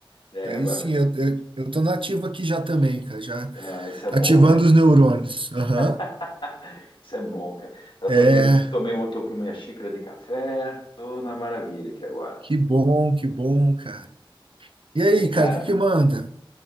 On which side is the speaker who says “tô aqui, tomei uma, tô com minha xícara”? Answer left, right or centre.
Left